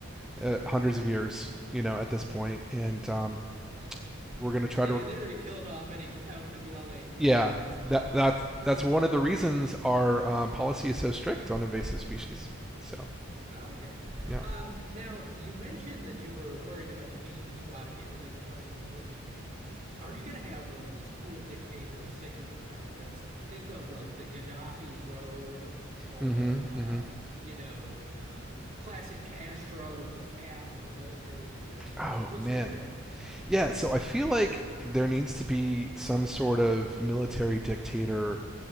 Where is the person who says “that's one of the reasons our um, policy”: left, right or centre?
Centre